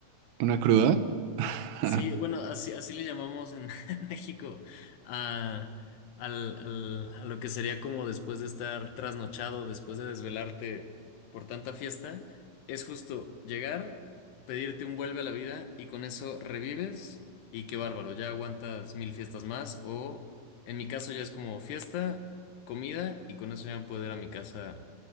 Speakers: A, on the right; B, on the left.
A: ¿Una cruda? <laughs>
B: Sí, bueno, así, así le llamamos en <laughs> en México a, al, al- a lo que sería como después de estar trasnochado, después de desvelarte por tanta fiesta, es justo llegar, pedirte un vuelve a la vida y con eso revives y qué bárbaro, ya aguantas mil fiestas más o en mi caso ya es como fiesta, comida y con eso ya puedo ir a mi casa